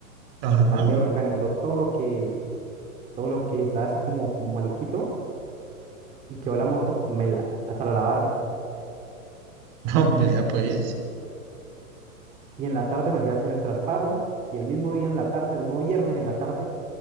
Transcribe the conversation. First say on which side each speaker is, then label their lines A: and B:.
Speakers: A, on the right (about 30°); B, on the right (about 15°).
A: Ajá,
B: El man le organizó todo lo que, todo lo que estaba así como, como maluquito y quedó la moto mela, hasta la lavaron.
A: no, vea
B: Y,
A: pues,
B: y en la tarde me fui a hacer el traspaso y el mismo día en la tarde, el mismo viernes en la tarde,